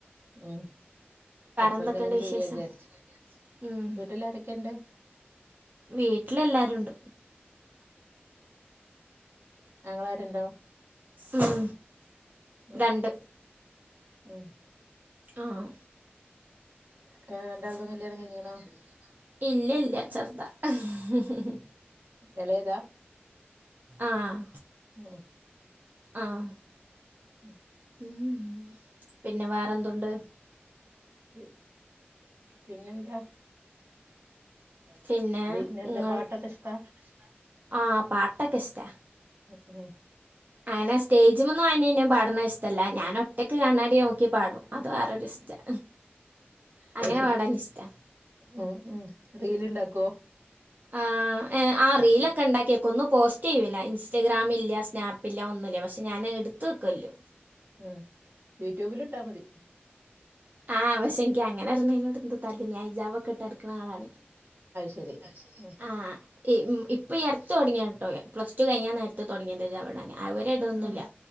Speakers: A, on the right; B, on the right.
A: ഉം അപ്പൊ
B: എന്തൊക്കെയുണ്ട്
A: എന്തെങ്കിലും ചെയ്യാ
B: വിശേഷം
A: വിജാരിച്ച്
B: ഉം.
A: വീട്ടിലാരെക്കെ ഇണ്ട്
B: വീട്ടിലെല്ലാരുണ്ട്
A: ആങ്ങളാര്ണ്ടോ
B: ഉം
A: മക്
B: രണ്ട്
A: ഉം
B: ആഹ്
A: ക- രണ്ടാളതും
B: <inaudible>
A: കല്യാണം കഴിഞ്ഞിക്കണോ
B: ഇല്യ ഇല്യ ചെർതാ അഹ് ഹ് ഹ് ഹ്
A: എളേതാ
B: ആഹ്
A: ങ്ങാേഹ്
B: ആഹ്
A: ഇന്ന
B: ഉം പിന്നെ വേറെന്തുണ്ട്
A: പി പിന്നെന്താ
B: പിന്നെ
A: പിന്നെന്താ
B: ഇങ്ങൾ
A: പാട്ടൊക്കെ
B: നിനക്ക്
A: ഇഷ്ടാ
B: പാട്ടൊക്കെ ഇഷ്ടാ ആഹ് പാട്ടെക്കെ ഇഷ്ടാ
A: ഉം ഉം
B: അയനെ സ്റ്റേജ്മന്ന് അയ്‌നിന്നിം പാ ട്ണത് ഇഷ്ടല്ല ഞാനൊറ്റക്ക് കണ്ണാടി ഓക്കി പാടും അത് വേറൊരു ഇസ്റ്റാ അങ്ങനെ
A: അത് ശരി
B: പാടാനിഷ്ടാ
A: ഉം ഉം റീല്ണ്ടാക്കോ
B: ആഹ് ഏഹ് ആഹ് റീലൊക്കെണ്ടാക്കിയെക്കും
A: ഉം
B: ഒന്നും പോസ്റ്റെയ്യൂല ഇൻസ്റ്റഗ്രാമില്ല്യ സ്നാപ്പ്ല്യ ഒന്നുല്ല്യ പക്ഷെ ഞാന് ഇട്ത്ത് വെക്കും എല്ലാം
A: ഉം യൂട്യൂബില് ഇട്ടാമതി
B: ആഹ് പക്ഷെ ഇൻക്ക് അങ്ങനെ ഇട്‌നെെനോട് എന്തോ താൽപര്യല്ല ഞാ ഇജാബൊക്കെഇട്ടടക്ക്ണ ആളാണേ
A: ശരി
B: അത് ശെരി
A: ഉം
B: ആഹ് ഇപ് ഉം ഇപ്പ ഈ അട് ത്ത് തൊടങ്ങിയാണ് ട്ടോ പ്ലസ് ടു കെയ്യാൻ നേരത്ത് തൊടങ്ങിയതാ ഇജാബ് ഇടാന് അത് വരെ ഇടൊന്നുല്യ
A: ഉം